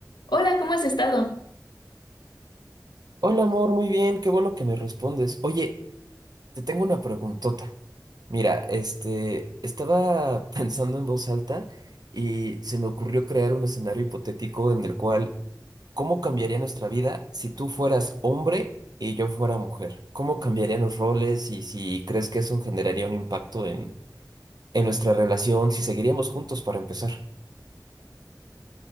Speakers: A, on the left (about 80°); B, on the right (about 65°).
A: Hola, ¿cómo has estado?
B: Hola amor, muy bien, qué bueno que me respondes. Oye, te tengo una preguntota. Mira, este, estaba <laughs> pensando en voz alta y se me ocurrió crear un escenario hipotético en el cual, ¿cómo cambiaría nuestra vida si tú fueras hombre y yo fuera mujer? ¿Cómo cambiarían los roles y si crees que eso generaría un impacto en, en nuestra relación, si seguiríamos juntos para empezar?